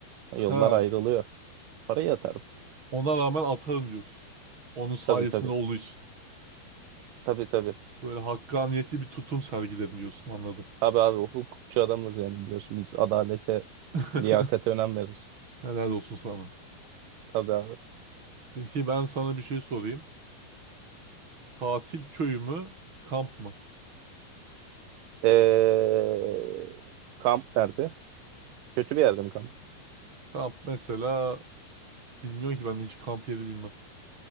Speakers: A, on the right; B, on the right.
A: Yollar
B: Ha,
A: ayrılıyor. Parayı atarım.
B: ona rağmen atarım diyorsun. Onun sayesinde
A: Tabii tabii.
B: olduğu için.
A: Tabii tabii.
B: Böyle hakkaniyeti bir tutum sergilerim diyorsun anladım.
A: Tabii abi hukukçu adamız yani biliyorsun biz adalete
B: <laughs>
A: liyakate önem veririz.
B: Helal olsun sana.
A: Tabii abi.
B: Peki ben sana bir şey sorayım. Tatil köyü mü? Kamp mı?
A: Ee, kamp nerede? Kötü bir yerde mi kamp?
B: Kamp mesela bilmiyorum ki ben hiç kamp yeri bilmem.